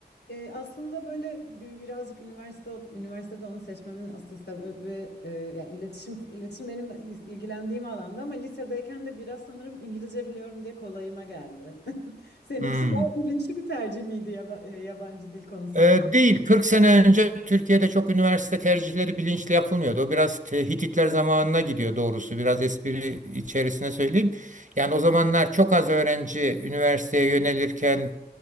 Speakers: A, on the left; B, on the right.
A: E, aslında böyle bi- birazcık üniversite üniversitede onu seçmemin asıl sebebi e, yani iletişim iletişim benim il- ilgilendiğim alanda ama lisedeyken de biraz sanırım İngilizce biliyorum diye kolayıma geldi. <laughs> Seninkisi
B: Hmm.
A: daha bilinçli bir tercih miydi yaba- e, yabancı dil konusunda?
B: Ee, değil. 40 sene önce Türkiye'de çok üniversite tercihleri bilinçli yapılmıyordu. O biraz te- Hititler zamanına gidiyor doğrusu. Biraz espri içerisine söyleyeyim. Yani o zamanlar çok az öğrenci üniversiteye yönelirken